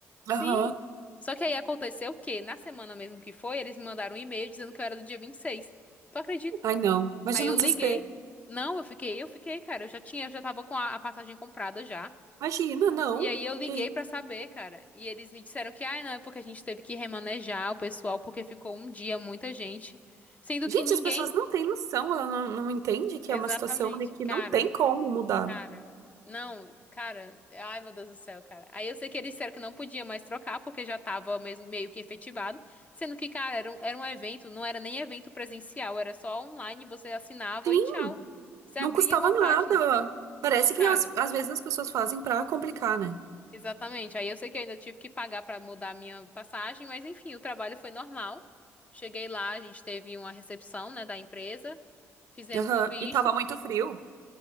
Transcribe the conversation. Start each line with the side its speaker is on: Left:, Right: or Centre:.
Left: Sim.
Right: Aham.
Left: Só que aí aconteceu o quê? Na semana mesmo que foi, eles me mandaram um e-mail dizendo que eu era do dia vinte e seis Tu acredita?
Right: Ai, não. Imagina
Left: Aí eu
Right: o desespero.
Left: liguei. Não, eu fiquei, eu fiquei, cara, eu já tinha, eu já tava com a a passagem comprada já.
Right: Imagina, não.
Left: E aí eu liguei
Right: Que isso.
Left: pra saber, cara. E eles me disseram que, ah, não, é porque a gente teve que remanejar o pessoal porque ficou um dia muita gente, sendo
Right: Gente,
Left: que ninguém.
Right: as pessoas não têm noção, ela não, não entende que
Left: Exatamente,
Right: é uma situação ali que
Left: cara,
Right: não tem como mudar.
Left: cara. Não, cara, ai meu Deus do céu, cara. Aí eu sei que eles disseram que não podia mais trocar porque já tava mesmo meio que efetivado, sendo que, cara, era um, era um evento, não era nem evento presencial, era só online, você assinava
Right: Sim,
Left: e tchau. Você
Right: Não
Left: abria
Right: custava
Left: uma
Right: nada.
Left: página.
Right: Parece
Left: Então, cara,
Right: que às, às vezes as pessoas fazem pra complicar, né?
Left: Exatamente. Aí eu sei que eu ainda tive que pagar para mudar a minha passagem, mas enfim, o trabalho foi normal. Cheguei lá, a gente teve uma recepção, né, da empresa, fizemos
Right: Aham.
Left: o visto,
Right: E tava muito frio,